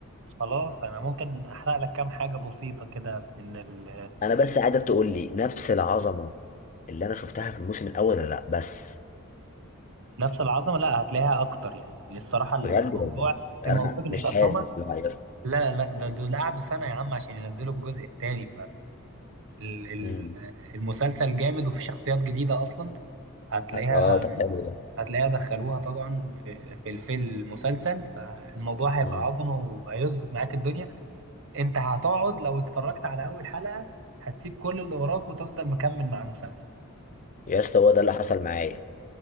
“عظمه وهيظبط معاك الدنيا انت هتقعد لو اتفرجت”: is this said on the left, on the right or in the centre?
Right